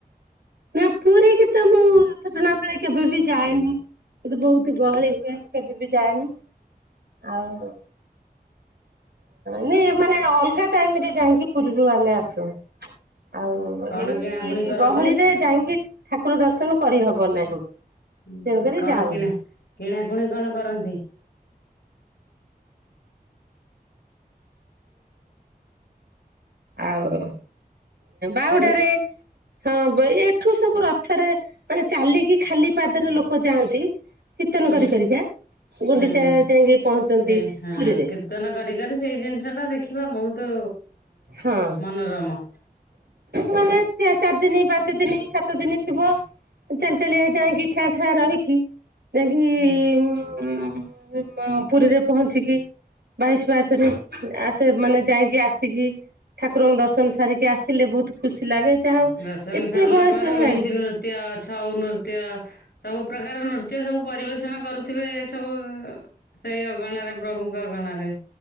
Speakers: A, on the right (about 80°); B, on the left (about 85°).
A: ନା ପୁରୀକିତ ମୁଁ ରଥ ଟଣା ବେଳେ କେବେ ବି ଯାଏନି। ଏତେ ବହୁତ ଗହଳି ହୁଏ। ମୁଁ କେବେ ବି ଯାଏନି ଆଉ।। ନାଇ ମାନେ ଅଲଗା ଟାଇମରେ ଯାଇକି ପୁରୀରୁ ଆମେ ଆସୁ। ଆଉ
B: କଣ
A: ଏଇ
B: କିଣାକୁଣି କରନ୍ତି?
A: ଗହଳିରେ ଯାଇକି ଠାକୁର ଦର୍ଶନ କରିହବ ନାହିଁ।
B: ହୁଁ
A: ତେଣୁକରି
B: କଁ
A: ଯାଉନୁ।
B: କିଣା କିଣା କିଣାକୁଣି କଣ କରନ୍ତି?
A: ଆଉ ବାହୁଡ଼ାରେ
B: କହିଲି?
A: ହଁ ବାଇ ଏଠୁ ସବୁ ରଥରେ ମାନେ ଚାଲିକି ଖାଲି ପାଦରେ ଲୋକ ଯାଆନ୍ତି। କୀର୍ତ୍ତନ
B: ହୁଁ
A: କରିକରିକା ଗୁଣ୍ଡିଚା
B: ହୁଁ।
A: ଯାଇକି ପହଞ୍ଚନ୍ତି
B: ସେ ହଁ
A: ପୁରୀରେ।
B: କୀର୍ତ୍ତନ କରି କରି ସେଇ ଜିନିଷଟା ଦେଖିବା ବହୁତ
A: ହଁ।
B: ମନରମ।
A: ମାନେ ଚାରି ଦିନ, ପାଞ୍ଚ ଦିନ, ସାତ ଦିନ ଥିବ ଚାଲି ଚାଲିବା ଯାଇକି ଠାଁ ଠାଁ ରହିକି ଯାଇକି
B: ହୁଁ
A: ଉମ୍ ଅ ବ ପୁରୀରେ ପହଞ୍ଚିକି ବାଇଶି ପାହାଚରେ ଆସେ ମାନେ ଯାଇକି ଆସିକି ଠାକୁରଙ୍କୁ ଦର୍ଶନ ସାରିକି ଆସିଲେ ବହୁତ ଖୁସି ଲାଗେ ଯାହା ହଉ
B: ଦର୍ଶନ
A: ଏତେ
B: ସାରିଲା
A: ବୟସ
B: ପରେ
A: ହେଲାଣି
B: ଓଡିଶୀ ନୃତ୍ୟ ଛଉ ନୃତ୍ୟ ସବୁ ପ୍ରକାର ନୃତ୍ୟ ସବୁ ପରିବେଷଣ କରୁ ଥିବେ ଏ ସବୁ ସେଇ ଅଗଣାରେ ପ୍ରଭୁଙ୍କ ଅଗଣାରେ।